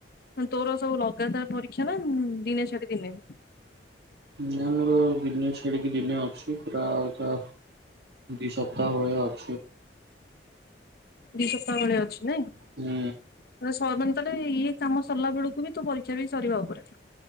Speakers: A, on the left; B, on the right.
A: ତୋର ସବୁ ଲଗାତାର ପରୀକ୍ଷା ନା ଦିନେ ଛାଡି ଦିନେ?
B: ନା ମୋର ଦିନେ ଛାଡି ଦିନେ ଅଛି ପୁରା ଅଧା ଦି ସ <unintelligible>
A: ଦି ସପ୍ତାହ ଭଳିଆ ଅଛି ନାଇ? <unintelligible>
B: ହୁଁ
A: ୟେ କାମ ସରିଲା ବେଳକୁ ତୋ ପରୀକ୍ଷା ବି ସରିବା ଉପରେ।